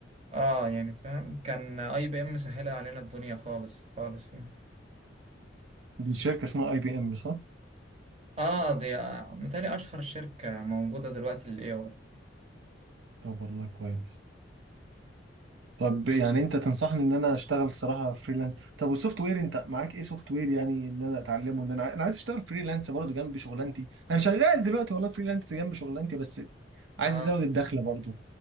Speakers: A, on the right (about 35°); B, on the right (about 75°).
A: اه يعني فاهم كان اي بي ام مسهله علينا الدنيا خالص خالص يعني
B: دي شركه اسمها اي بي ام صح
A: اه دي آه متهيألي اشهر شركه موجوده دلوقتي للاي اي
B: طب والله كويس طب يعني انت تنصحني ان انا اشتغل الصراحه فريلانس طب والسوفت وير انت معاك ايه سوفت وير يعني ان انا اتعلمه ان انا ع- انا عايز اشتغل فريلانس برضه جنب شغلانتي انا شغال دلوقتي والله فريلانس جنب شغلانتي بس عايز
A: اه
B: ازود الدخل برضه